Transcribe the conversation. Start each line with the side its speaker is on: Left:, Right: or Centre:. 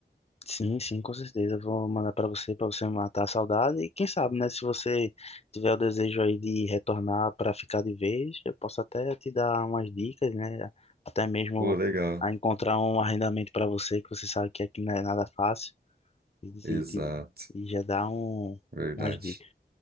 Left: Sim, sim, com certeza. Eu vou mandar para você, para você matar a saudade. E quem sabe, né? Se você tiver o desejo aí de retornar para ficar de vez, eu posso até te dar umas dicas, né? Até mesmo
Right: Pô, legal.
Left: a encontrar um arrendamento para você, que você sabe que aqui não é nada fácil. E,
Right: Exato,
Left: e, e já dar um,
Right: verdade.
Left: umas dicas,